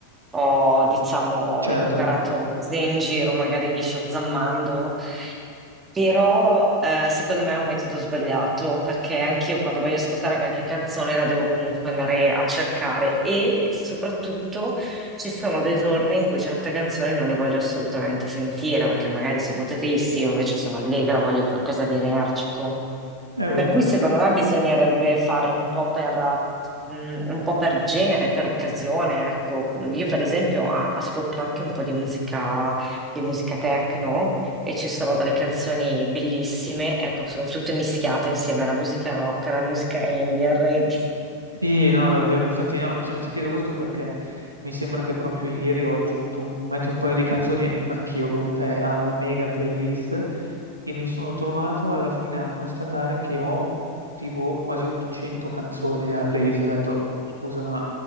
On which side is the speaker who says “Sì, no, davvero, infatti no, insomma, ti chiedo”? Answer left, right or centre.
Right